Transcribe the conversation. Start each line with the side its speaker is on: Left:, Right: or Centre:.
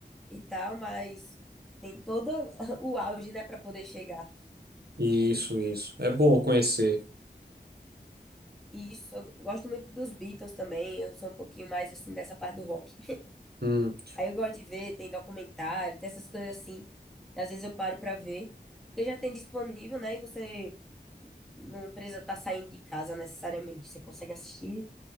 Centre: e tal, mas tem todo <laughs> o auge, né, para poder chegar.
Right: Isso, isso. É bom conhecer.
Centre: E isso, eu gosto muito dos Beatles também, eu sou um pouquinho mais assim dessa parte do rock.
Right: Hum.
Centre: Aí eu gosto de ver, tem documentário, tem essas coisas assim, que às vezes eu paro para ver, porque já tem disponível, né, e você não precisa estar saindo de casa necessariamente, você consegue assistir,